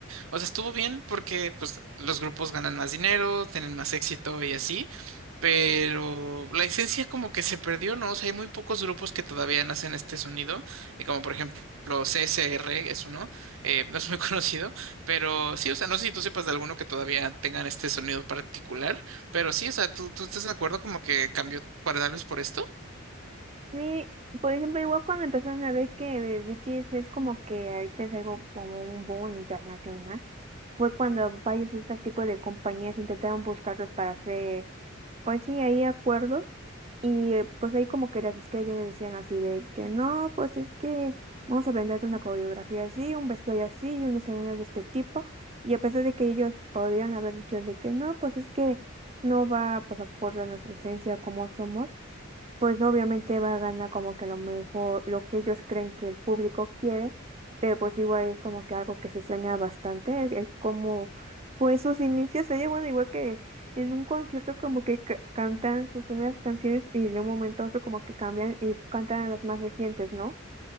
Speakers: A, on the right (about 85°); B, on the right (about 30°).
A: o sea, estuvo bien porque pues los grupos ganan más dinero, tienen más éxito y así, pero la esencia como que se perdió, ¿no? O sea, hay muy pocos grupos que todavía nacen este sonido, y como por ejemplo CSR es uno, eh, no es muy <laughs> conocido, pero sí, o sea, no sé si tú sepas de alguno que todavía tengan este sonido particular, pero sí, o sea, ¿tú, tú estás de acuerdo como que cambió para darles por esto?
B: Sí, por ejemplo, igual cuando empezaron a ver que BTS es como que ahorita es algo como un boom internacional, fue cuando varios de este tipo de compañías intentaron buscarlos para hacer, pues sí, ahí acuerdos, y eh, pues ahí como que las estrellas le decían así de que no, pues es que vamos a venderte una coreografía así, un vestuario así y un escenario de este tipo, y a pesar de que ellos podrían haber dicho de que no, pues es que no va pues acorde a nuestra esencia como somos pues obviamente va a ganar como que a lo mejor lo que ellos creen que el público quiere, pero pues igual es como que algo que se extraña bastante, es como pues sus inicios, ella bueno, igual que en un concierto como que ca- cantan sus primeras canciones y de un momento a otro como que cambian y cantan las más recientes, ¿no?